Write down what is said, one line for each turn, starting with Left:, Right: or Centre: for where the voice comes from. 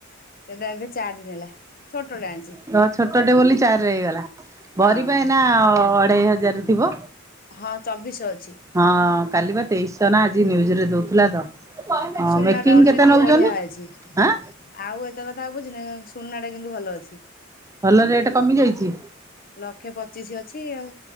Left: ସେଟା ଏବେ ଚାରି ନେଲା। ଛୋଟଟେ ଆଣିଛି
Right: ତ ଛୋଟଟେ ବୋଲି ଚାରିରେ ହେଇଗଲା ଭରି
Left: ହଁ
Right: ପା ଏଇନା। ଅଢେଇ ହଜାର ଥିବ।
Left: ହଁ ଚବିଶ ଅଛି
Right: ହଁ କାଲି ବା ତେଇଶଶ ନା ଆଜି ନିଉଜରେ ଦଉଥିଲା ତ। ହଁ
Left: ସୁନା
Right: ମେକିଂ
Left: ଟା ଓଲଟି
Right: କେତେ
Left: ଟିକେ
Right: ନଉଛନ୍ତିଁ?
Left: ବଢିଆ ଅଛି
Right: ଆଁ?
Left: ଆଉ ଏତେ କଥା ବୁଝିନା ସୁନା ଟା କିନ୍ତୁ ଭଲ ଅଛି
Right: ଭଲ ରେଟ କମି ଯାଇଛି?
Left: ଲକ୍ଷେ ପଚିଶି ଅଛି ଆଉ